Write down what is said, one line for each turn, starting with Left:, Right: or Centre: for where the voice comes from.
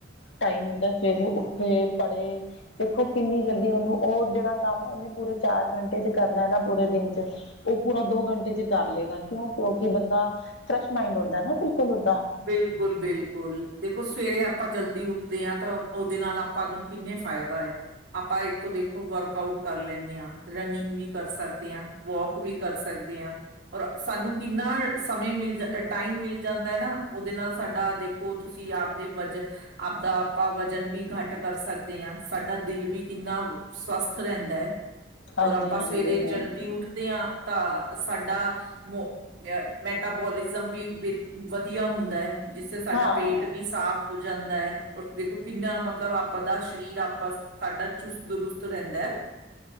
Left: ਟਾਈਮ ਹੁੰਦਾ, ਸਵੇਰੇ ਉੱਠੇ ਪੜ੍ਹੇ ਦੇਖੋ, ਕਿੰਨੀ ਜਲਦੀ ਉਹਨੂੰ ਉਹ ਜਿਹੜਾ ਕੰਮ, ਉਹਨੇ ਪੂਰੇ ਚਾਰ ਘੰਟੇ 'ਚ ਕਰਨਾ ਹੈ ਨਾ ਪੂਰੇ ਦਿਨ 'ਚ ਉਹ ਪੂਰਾ ਦੋ ਘੰਟੇ 'ਚ ਕਰ ਲਏਗਾ ਕਿਉਂ, ਕਿਉਂਕਿ ਬੰਦਾ, ਫਰੈਸ਼ ਮਾਈੰਡ ਹੁੰਦਾ ਨਾ ਬਿਲਕੁਲ ਓਦਾ।
Right: ਬਿਲਕੁਲ ਬਿਲਕੁਲ, ਦੇਖੋ ਸਵੇਰੇ ਆਪਾਂ ਜਲਦੀ ਉੱਠਦੇ ਹਾਂ ਤਾਂ, ਉਹਦੇ ਨਾਲ ਆਪਾਂ ਨੂੰ ਕਿੰਨੇ ਫ਼ਾਇਦਾ ਹੈ। ਆਪਾਂ ਇੱਕ ਤੋਂ ਦੇਖੋ, ਵਰਕ ਆਊਟ ਕਰ ਲੈਂਦੇ ਹਾਂ, ਰਨਿੰਗ ਵੀ ਕਰ ਸਕਦੇ ਹਾਂ। ਵੋਕ ਵੀ ਕਰ ਸਕਦੇ ਹਾਂ, ਔਰ ਸਾਨੂੰ ਕਿੰਨਾ ਸਮੇਂ ਮਿਲ, ਟਾਈਮ ਮਿਲ ਜਾਂਦਾ ਹੈ ਨਾ, ਉਹਦੇ ਨਾਲ ਸਾਡਾ ਦੇਖੋ, ਤੁਸੀਂ ਆਪਦੇ ਵਜਨ ਆਪਦਾ ਆਪਾਂ, ਵਜ਼ਨ ਵੀ ਘੱਟ ਕਰ ਸਕਦੇ ਹਾਂ। ਸਾਡਾ ਦਿਲ ਵੀ, ਕਿੰਨਾ ਸਵਸਥ ਰਹਿੰਦਾ ਹੈ।
Left: ਹਾਂਜੀ
Right: ਔਰ ਆਪਾਂ,
Left: ਹਾਂਜੀ
Right: ਸਵੇਰੇ
Left: ਹਾਂਜੀ
Right: ਜਲਦੀ ਉੱਠਦੇ ਹਾਂ। ਤਾਂ ਸਾਡਾ ਮ, ਮੈਟਾਬੋਲਿਜ਼ਮ ਵੀ ਵਧੀਆ ਹੁੰਦਾ ਹੈ, ਜਿਸੇ ਸਾਡਾ
Left: ਹਾਂ
Right: ਪੇਟ ਵੀ ਸਾਫ਼ ਹੋ ਜਾਂਦਾ ਹੈ, ਰ ਦੇਖੋ ਕਿੰਨਾ ਮਤਲਬ, ਆਪ ਦਾ ਸਰੀਰ ਆਪ ਸਾਡਾ ਚੁਸਤ-ਦਰੁਸਤ ਰਹਿੰਦਾ ਹੈ।